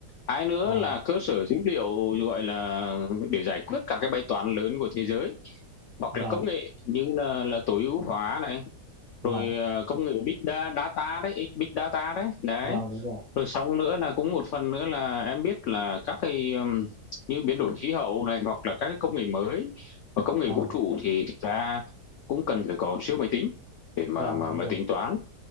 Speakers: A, on the left; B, on the right.
A: hai nữa
B: Vâng,
A: là cơ sở dữ liệu gọi là để giải quyết các cái bài toán lớn của thế giới hoặc
B: vâng,
A: là công nghệ như là là tối ưu hóa này
B: vâng,
A: rồi à, công nghệ big da- data đấy big data đấy đấy
B: vâng đúng rồi.
A: rồi xong nữa là cũng một phần nữa là em biết là các cái um, như biến đổi khí hậu này hoặc là các cái công nghệ mới và công nghệ
B: Vâng,
A: vũ trụ thì thực ra cũng cần phải có siêu máy tính để mà
B: vâng
A: mà
B: đúng
A: mà
B: rồi.
A: tính toán